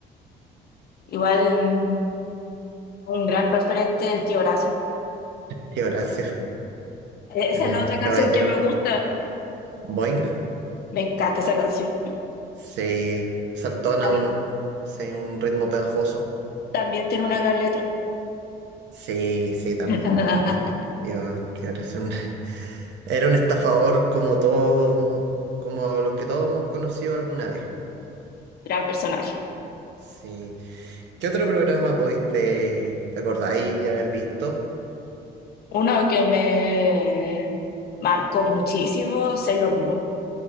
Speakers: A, on the left; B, on the right.
A: Igual mm, un gran referente del tío Horacio.
B: Y Horacio,
A: Esa
B: <laughs> el
A: es la otra canción
B: caballero
A: que me gusta.
B: Boing,
A: Me encanta esa canción.
B: se saltona
A: Tam-
B: un, sí, un ritmo pegajoso.
A: también tiene una gran letra.
B: Sí, sí, también,
A: <laughs>
B: también. Tío, tío Horacio, un- <laughs> era un estafador como todos, como los que todos hemos conocido alguna vez.
A: Gran personaje.
B: Sí. ¿Qué otro programa pudiste, te acordáis haber visto?
A: Uno que me marcó muchísimo, Sailor Moon.